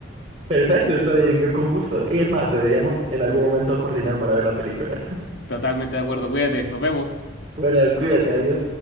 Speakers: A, on the right; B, on the left.
A: Perfecto, está bien, yo con gusto. Y es más, deberíamos en algún momento coordinar para ver la película. <laughs>
B: Totalmente de acuerdo, cuídate, nos vemos.
A: Bueno, cuídate, adiós.